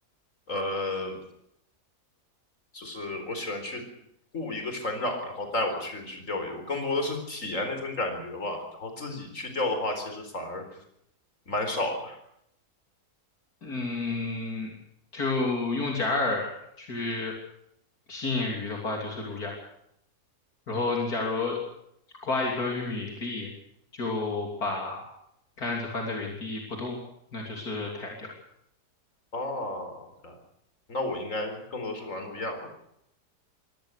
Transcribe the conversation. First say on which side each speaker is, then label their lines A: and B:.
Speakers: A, on the left; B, on the left.
A: 呃，就是我喜欢去雇一个船长，然后带我去去钓鱼。我更多的是体验那份感觉吧。然后自己去钓的话，其实反而蛮少的。
B: 嗯，就用假饵去吸引鱼的话，就是路亚。然后你假如挂一个玉米粒，就把杆子放在原地不动，那就是台钓。
A: 啊。o k 那我应该更多是玩不一样